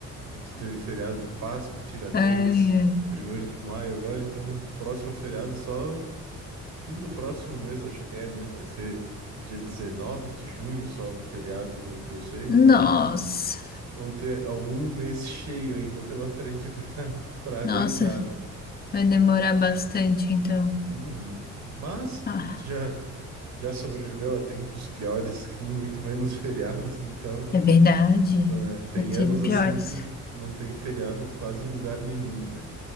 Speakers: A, on the right; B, on the left.
A: A gente teve feriado de Páscoa, Tiradentes,
B: ai.
A: primeiro de maio agora, então próximo feriado só fim do próximo mês, acho que é, né? Vai ser Dia 19 de junho só o feriado, pelo que eu sei. Então,
B: Nossa,
A: Vão ter algum mês cheio ainda pela frente <laughs> pra pra aguentar,
B: nossa,
A: né?
B: vai demorar bastante, então.
A: Uhum. Mas
B: Ah,
A: a gente já, já sobreviveu a tempos piores, <laughs> com muito menos feriados, então,
B: é verdade.
A: então é, tem
B: Eu tive
A: anos
B: piores.
A: assim que, que não tem feriado quase em lugar nenhum, né?